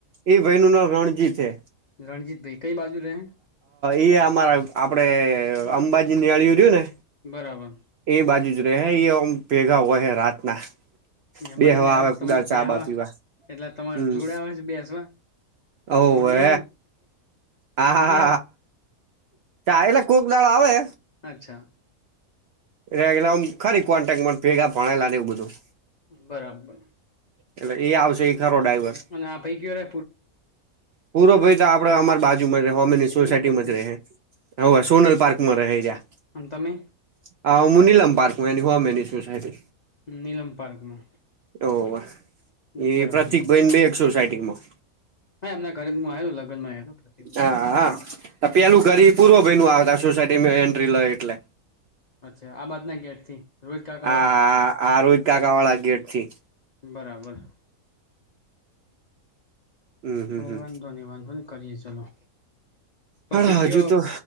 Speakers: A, on the right; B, on the left.
A: એ ભાઈ નું નામ રણજીત છે.
B: રણજીત ભાઈ કઈ બાજુ રહે?
A: એ અમારા આપડે અંબાજી નેહળિયો રહું ને.
B: બરાબર
A: એ બાજુ જ રે એમ ભેગા હો રાતના.
B: અંબાજી
A: બેહવા
B: <unintelligible>
A: આવે કુદાળ ચા બા પીવા
B: ટલે તમારે
A: હમ
B: જોડે આવે છે બેસવા
A: ઓવે
B: મોડલી
A: હા
B: મોડલી
A: હા હા કોક દાળ આવે
B: અચ્છા
A: ભેગા ભણેલાં એવું બધું
B: બરાબર
A: એટલે એ આવશે ખરો ડ્રાઈવર
B: અને આપી હોવે
A: પૂરો ભાઈ તો આપડે અમારી બાજુમાં જ હામેની
B: સોનલ
A: સોસાયટીમાં
B: પાર્ક
A: જ રેહે હવે સોનલ પાર્કમાં
B: અને તમે
A: મુનીલમ પાર્ક સાહેબે
B: નીલમ પાર્કમાં
A: હોવે એ
B: બરાબર
A: પ્રતિક ભાઈની બે એક સોસાયટીમાં
B: હા એમના ઘરે હું આવ્યો હતો લગ્નમાં આવ્યો હતો પ્રતિકભાઈના
A: હા હા પેલું ઘરી પૂર્વ ભાઈ નુ આવે સોસાયટીમાં એન્ટ્રી લઈ એટલે
B: અચ્છા આ બાજના ગેટથી રોહિત કાકા
A: હા
B: વાળા
A: આ <unintelligible> કાકા વાળા ગેટથી
B: બરાબર
A: હમ હમ હમ
B: વાંધો ની વાંધો ની કરીએે ચાલો પછી
A: હાડા
B: તે
A: હજુ તો